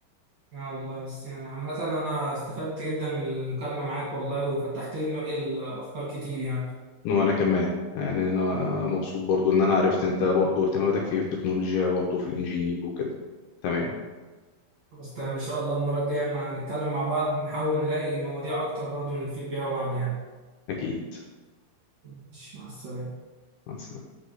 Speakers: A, on the right (about 60°); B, on the left (about 75°).
A: اه والله بس يعني عامة انا استفدت جدا من المكالمة معاك والله وفتحت لي دماغي الافكار كتير يعني
B: وانا كمان يعني انا مبسوط برضو ان انا عرفت انت برضو اهتماماتك في التكنولوجيا برضو في الانجينيرينج وكده تمام
A: خلاص تمام ان شاء الله المره الجايه اما نتكلم مع بعض نحاول نلاقي مواضيع اكتر برضو نفيد بيها بعض يعني
B: اكيد
A: ماشي، مع السلامه
B: مع السلامة